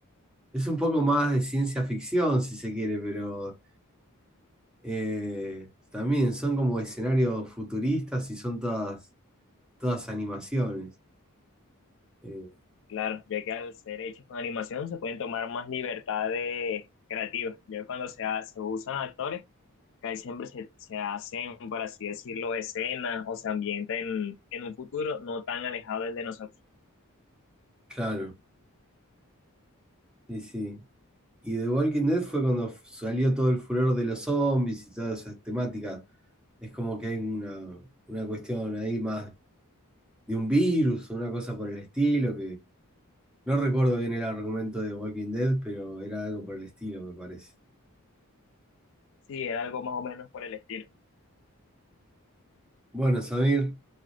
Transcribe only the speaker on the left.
Claro, ya que al ser hechos con animación se pueden tomar más libertades creativas. Ya cuando se, ha- se usan actores, casi siempre se, se hacen, por así decirlo, escenas o se ambientan en, en un futuro no tan alejado del de nosotros.
Sí, era algo más o menos por el estilo.